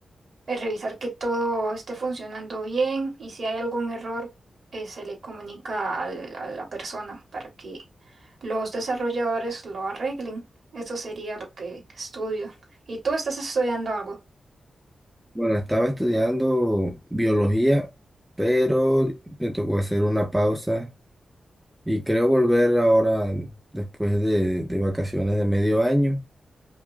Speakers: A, on the right; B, in the centre.
A: eh, revisar que todo esté funcionando bien y si hay algún error eh, se le comunica al- a la persona para que los desarrolladores lo arreglen. Eso sería lo que estudio. ¿Y tú estás estudiando algo?
B: Bueno, estaba estudiando biología, pero me tocó hacer una pausa y creo volver ahora después de, de vacaciones de medio año